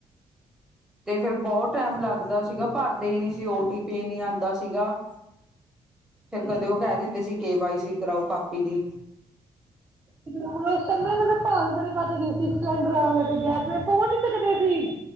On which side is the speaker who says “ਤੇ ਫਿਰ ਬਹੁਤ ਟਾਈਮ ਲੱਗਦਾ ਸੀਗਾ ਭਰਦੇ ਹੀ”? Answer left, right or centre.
Centre